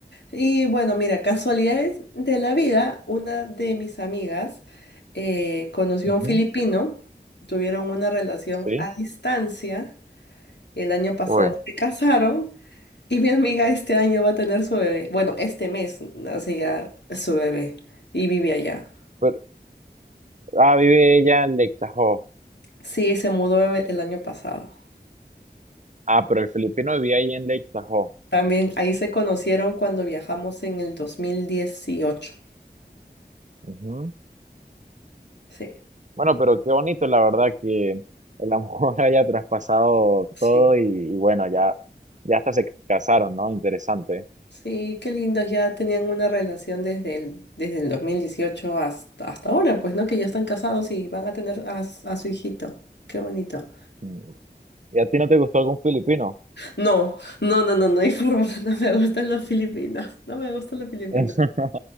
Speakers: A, on the left (about 85°); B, on the right (about 45°).
A: Y bueno, mira, casualidades de la vida, una de mis amigas eh, conoció
B: Ujú,
A: a un filipino, tuvieron una relación
B: Sí.
A: a distancia, el año pasado
B: Uy,
A: se casaron. Y mi amiga este año va a tener su bebé. Bueno, este mes nace ya su bebé y vive allá.
B: Pero, ah, vive ella en Lake Tahoe.
A: Sí, se mudó e- el año pasado.
B: Ah, pero el filipino vivía ahí en Lake Tahoe.
A: También ahí se conocieron cuando viajamos en el 2018.
B: Ujú.
A: Sí,
B: Bueno, pero qué bonito, la verdad, que el amor <laughs> haya traspasado
A: sí.
B: todo y, y bueno, ya, ya hasta se casaron, ¿no? Interesante.
A: Sí, qué lindos. Ya tenían una relación desde el, desde el 2018 hasta, hasta ahora, pues, ¿no? Que ya están casados y van a tener a, s- a su hijito. Qué bonito.
B: Mm. ¿Y a ti no te gustó algún filipino?
A: No, no, no, no, no hay forma. <laughs> No me gustan los filipinos. No me gustan los filipinos.
B: <laughs>